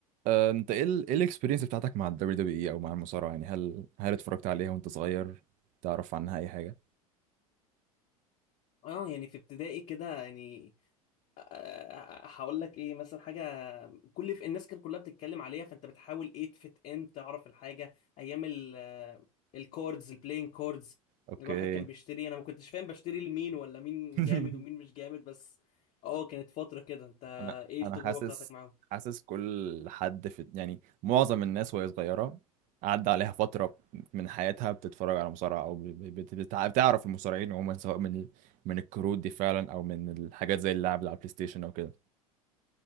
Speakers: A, on the right; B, on the left.
A: آه، انت ايه ال ايه الاكسبيرينس بتاعتك مع الدبليو دبليو اي او مع المصارعه يعني هل هل اتفرجت عليها وانت صغير تعرف عنها اي حاجه
B: اه يعني في ابتدائي كده يعني آه، آه، هقول لك ايه مثلا حاجه كل في الناس كانت كلها بتتكلم عليها فانت بتحاول ايه تفت ان تعرف الحاجه ايام ال آه، الكوردز البلاين كوردز
A: اوكي
B: الواحد كان بيشتري انا ما كنتش فاهم بشتري لمين ولا مين
A: <laughs>
B: جامد ومين مش جامد بس اه كانت فتره كده انت
A: انا
B: ايه
A: انا
B: التجربه
A: حاسس
B: بتاعتك معاهم
A: حاسس كل حد في يعني معظم الناس وهي صغيره عدى عليها فتره من حياتها بتتفرج على مصارعه او بت- بت- بتع- بتعرف المصارعين عموما سواء من من الكروت دي فعلا او من الحاجات زي اللعب على البلاي ستيشن او كده